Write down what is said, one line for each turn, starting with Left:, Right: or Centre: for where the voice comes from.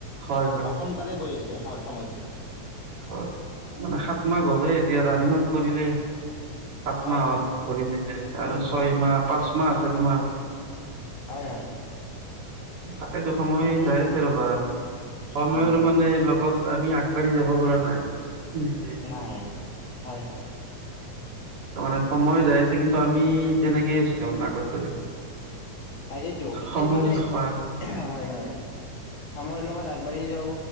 Right: হয় হয়
Left: সোনকালে গৈ আছে সময়ত।
Right: হয় মানে সাত মাহ গলে এতিয়া ৰাণিঙত পৰিলে। সাত
Left: হয়
Right: মাহত
Left: হয়
Right: ভৰি দিলে আৰু
Left: উম,
Right: ছয় মাহ পাঁচ মাহ আছে তোমাৰ।
Left: হয় হয়।
Right: তাকেইতো সময়
Left: তাকেইতো
Right: যাই আছে ৰবা, সময়ৰ
Left: উম,
Right: মানে লগত আমি আগবাঢ়ি যাব পৰা নাই। নিজে
Left: নাই হয় হয়।
Right: তাৰ মানে সময়ো যাই আছে কিন্তু আমি তেনেকেই আছো দেখোন আগত দৰে।
Left: তাকেইেতো এতিয়া
Right: সম্ভাল
Left: মানে
Right: হয়
Left: হয় হয়- সময়ৰ লগত আগবাঢ়ি যাব